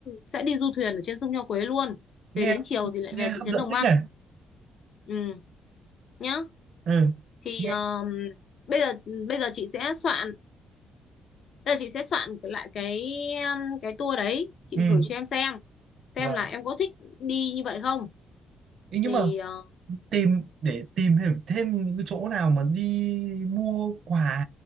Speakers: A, on the left; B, on the right.
A: sẽ đi du thuyền ở trên sông Nho Quế luôn
B: Nghe
A: thế đến chiều thì lại
B: nghe
A: về thị
B: hấp
A: trấn
B: dẫn
A: Đồng
B: thế
A: Văn
B: nhỉ.
A: ừ nhá
B: Ừ.
A: thì
B: Nghe.
A: um, bây giờ bây giờ chị sẽ soạn bây giờ chị sẽ soạn lại cái um, cái tour đấy chị
B: Ừ.
A: gửi cho em xem xem
B: Wow.
A: là em có thích đi như vậy không
B: Ý
A: thì
B: nhưng mà
A: ờ,
B: tìm để tìm thêm thêm những cái chỗ nào mà đi mua quà